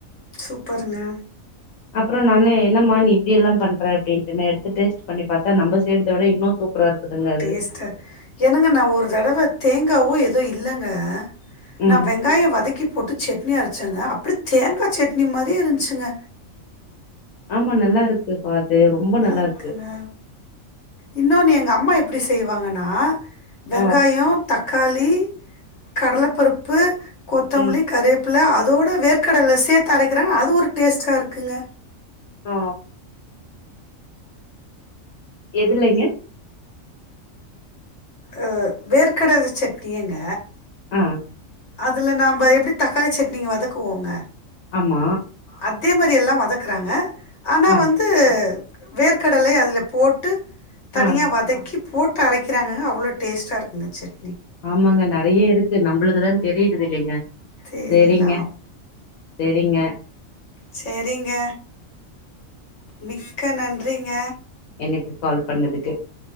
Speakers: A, on the left; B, on the left.
A: சூப்பருங்க
B: அப்புறோ நான்னு என்னமா நீ இப்படி எல்லா பண்ற அப்டின்ட்டு நா எடுத்து டு பண்ணி பாத்தா நம்ம செய்றத விட இன்னோ சூப் ப்புறா இருக்குதுங்க அது
A: டேஸ்ட்டு என்னங்க நா ஒரு தடவ தேங்காவோ எதோ இல்லங்க
B: ம்
A: நா வெங்காய வதக்கிப் பொட்டு சட்னி அரைச்சங்க அப்படி தேங்காய் சட்னி மாரியே இருச்சுங்க
B: ஆமா நல்லா இருக்குபா அது ரொம்ப நல்லா
A: இருக்குங்க
B: இருக்கு
A: இன்னொன்னு எங்க அம்மா எப்டி செய்வாங்கன்னா வெங்காயோ
B: ஆ
A: தக்காளி கடலப்பருப்பு கொத்தம்லி
B: ம்
A: கரெப் புள்ள அதோட வேர்க்கடல சேத்து அரைக்கிறாங் அது ஒரு டேஸ்ட்டா இருக்குங்க
B: ஓ எதுலைங்க
A: ஆஹ் ஆ வேர்க்கடல சட்னியங்க
B: அ
A: அதுல நாம எப்டி தக்காளி சட்னிக்கு வதக்குவோங்க
B: ஆமா
A: அதே மாரி எல்லா வதக்குறாங்க ஆனா
B: ஆ
A: வந்து வேர்க்கடலை அதுல போட்டு தனியா
B: ஆ
A: வதக்கிப் போட்டு அரைக்கிறாங்க அவ்ளோ டேஸ்ட்டா இருக்குங்க சட்னி
B: ஆமாங்க நெறைய இருக்கு நம்மளுக்குதா தெ து இல்லைங்க
A: தெரியல
B: செரிங்க செரிங்க
A: செரிங்க மிக்க நன்றிங்க
B: எனக்கு கால் பண்ணதுக்கு